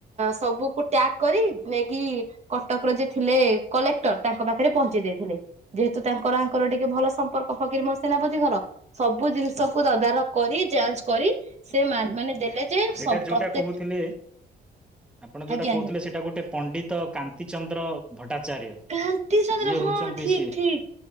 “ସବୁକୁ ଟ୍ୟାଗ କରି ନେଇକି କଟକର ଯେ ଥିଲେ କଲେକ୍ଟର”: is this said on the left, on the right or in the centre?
Right